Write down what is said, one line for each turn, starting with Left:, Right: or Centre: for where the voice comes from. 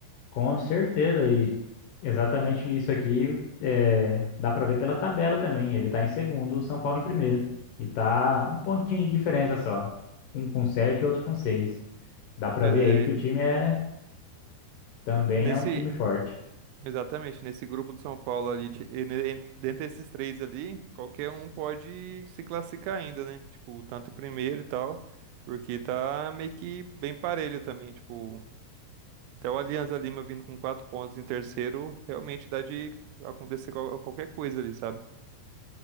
Left: Com certeza, e exatamente isso aqui é, dá pra ver pela tabela também. Ele tá em segundo, o São Paulo em primeiro. E tá um pontinho de diferença só. Um com sete, outro com seis. Dá pra
Right: É,
Left: ver aí que o time é também
Right: nesse
Left: é um time forte.
Right: Exatamente, nesse grupo do São Paulo ali, ti- e ne- en- dentre esses três ali, qualquer um pode se classificar ainda, né? Tipo, tanto em primeiro e tal, porque tá meio que bem parelho também, tipo, até o Alianza Lima vindo com quatro pontos em terceiro, realmente dá de acontecer qual- qualquer coisa ali, sabe?